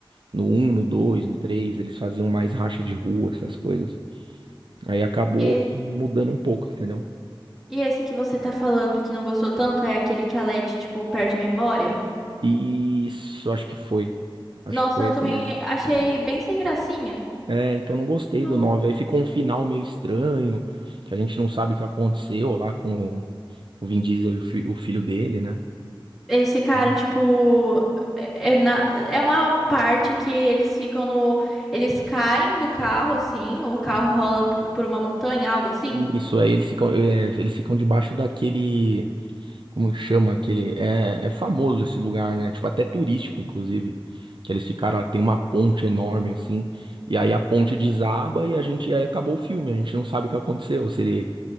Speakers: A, on the right; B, in the centre.
A: No um, no 2, no 3 eles faziam mais racha de rua, essas coisas. Aí acabou
B: E,
A: mudando um pouco, entendeu?
B: e esse que você tá falando que não gostou tanto é aquele que a Leti, tipo, perde a memória?
A: E isso, acho que foi. Acho
B: Nossa,
A: que foi
B: eu
A: esse
B: também
A: mesmo.
B: achei bem sem gracinha.
A: É, então não gostei
B: Não.
A: do nove Aí ficou um final meio estranho, que a gente não sabe o que aconteceu lá com o o Vin Diesel e o, fi- o filho dele, né?
B: Esse cara,
A: Então,
B: tipo, é, é na- é uma parte que eles ficam no. Eles caem do carro, assim, o carro rola p- por uma montanha, algo assim.
A: Isso, aí eles ficam, é, eles ficam debaixo daquele, como que chama aquele, é, é famoso esse lugar, né? Tipo, até turístico, inclusive, que eles ficaram, lá, tem uma ponte enorme, assim, e aí a ponte desaba e a gente, aí acabou o filme, a gente não sabe o que aconteceu, se ele